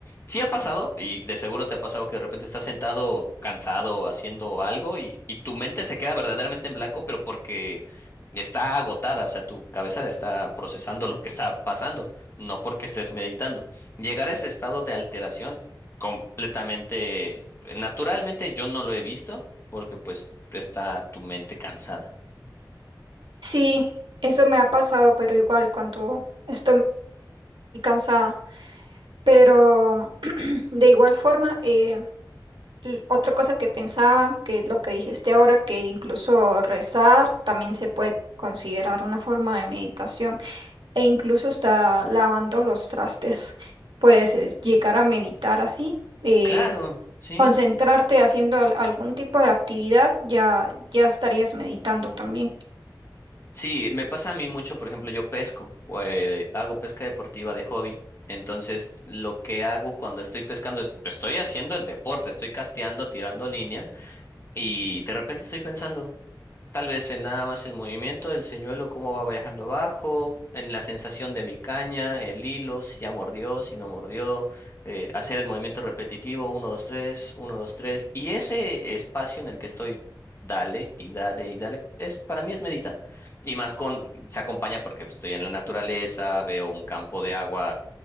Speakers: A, on the left; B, on the right.
A: Sí ha pasado, y de seguro te ha pasado que de repente estás sentado, cansado, haciendo algo y, y tu mente se queda verdaderamente en blanco, pero porque está agotada, o sea, tu cabeza está procesando lo que está pasando, no porque estés meditando. Llegar a ese estado de alteración completamente, naturalmente yo no lo he visto porque pues está tu mente cansada.
B: Sí, eso me ha pasado, pero igual cuando estoy muy cansada. Pero de igual forma, eh, l- otra cosa que pensaba, que lo que dijiste ahora, que incluso rezar también se puede considerar una forma de meditación. e incluso está lavando los trastes. Puedes eh, llegar a meditar así, eh,
A: Claro, sí.
B: concentrarte haciendo al- algún tipo de actividad, ya, ya estarías meditando también.
A: Sí, me pasa a mí mucho, por ejemplo, yo pesco, o, eh, hago pesca deportiva de hobby. Entonces, lo que hago cuando estoy pescando es, estoy haciendo el deporte, estoy casteando, tirando línea, y de repente estoy pensando, Tal vez en nada más el movimiento del señuelo, cómo va viajando abajo, en la sensación de mi caña, el hilo, si ya mordió, si no mordió, eh, hacer el movimiento repetitivo, uno dos tres uno dos tres Y ese espacio en el que estoy, dale y dale y dale, es, para mí es meditar. Y más con, se acompaña porque pues, estoy en la naturaleza, veo un campo de agua